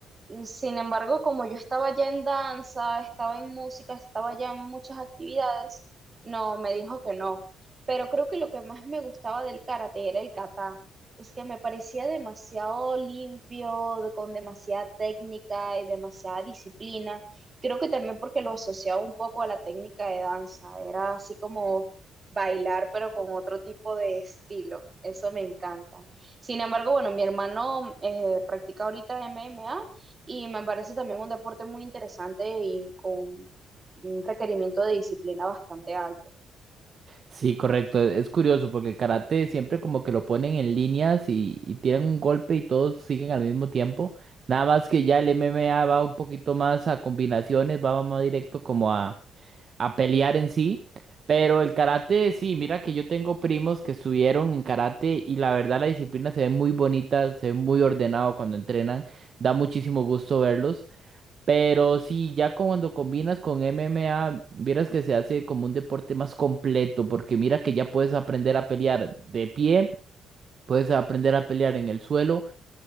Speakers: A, on the right; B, on the right.
A: Mm, Sin embargo, como yo estaba ya en danza, estaba en música, estaba ya en muchas actividades, no, me dijo que no. Pero creo que lo que más me gustaba del karate era el kata, pues que me parecía demasiado limpio, de- con demasiada técnica y demasiada disciplina. Creo que también porque lo asociaba un poco a la técnica de danza, era así como bailar pero con otro tipo de estilo, eso me encanta. Sin embargo, bueno, mi hermano eh, practica ahorita MMA y me parece también un deporte muy interesante y con un requerimiento de disciplina bastante alto.
B: Sí, correcto. e, Es curioso porque el karate siempre como que lo ponen en líneas y, y tiran un golpe y todos siguen al mismo tiempo. Nada más que ya el MMA va un poquito más a combinaciones, va más directo como a, a pelear en sí. Pero el karate, sí, mira que yo tengo primos que estuvieron en karate y la verdad la disciplina se ve muy bonita, se ve muy ordenado cuando entrenan. Da muchísimo gusto verlos. Pero sí, ya cuando combinas con MMA, vieras que se hace como un deporte más completo, porque mira que ya puedes aprender a pelear de pie, puedes aprender a pelear en el suelo,